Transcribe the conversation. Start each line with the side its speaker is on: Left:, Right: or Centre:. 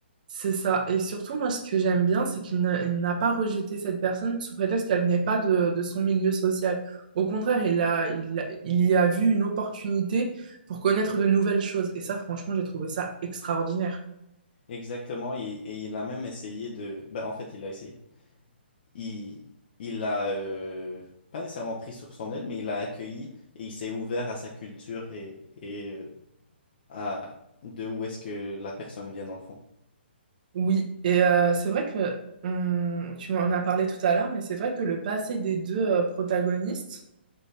Right: C'est ça. Et surtout, moi, ce que j'aime bien, c'est qu'il ne- il n'a pas rejeté cette personne sous prétexte qu'elle venait pas de, de son milieu social. Au contraire, il a, il, a- il y a vu une opportunité pour connaître de nouvelles choses. Et ça, franchement, j'ai trouvé ça extraordinaire.
Left: Exactement, et, et il a même essayé de, ben en fait, il a essayé. il, il a, euh, pas nécessairement pris sur son aile, mais il a accueilli et il s'est ouvert à sa culture et, et euh, à de où est-ce que la personne vient dans le fond.
Right: Oui, et euh, c'est vrai que on- tu en as parlé tout à l'heure, mais c'est vrai que le passé des deux euh, protagonistes,